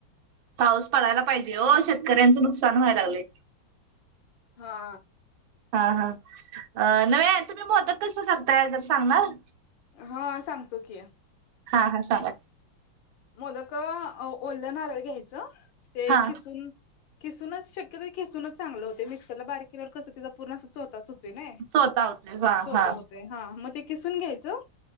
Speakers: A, on the right (about 80°); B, on the left (about 70°).
A: पाऊस पडायला पाहिजे हो शेतकऱ्यांचं नुकसान व्हायला लागले.
B: हा
A: हा हा नव तुम्ही मदत कस करताय जर सांगणार.
B: हा सांगतो कि
A: हा हा सांगा
B: मोदक ओललं नारळ घ्यायचं तेीसून
A: हा
B: खिसूनच शक्यतरी खिसूनच चांगलं होते मिक्सरला बारीक केल्यावर कसंिचा पूर्ण चतच <inaudible>
A: स्वतः होतोय हा
B: स्वत
A: हा
B: होते हा मग किसून घ्यायचं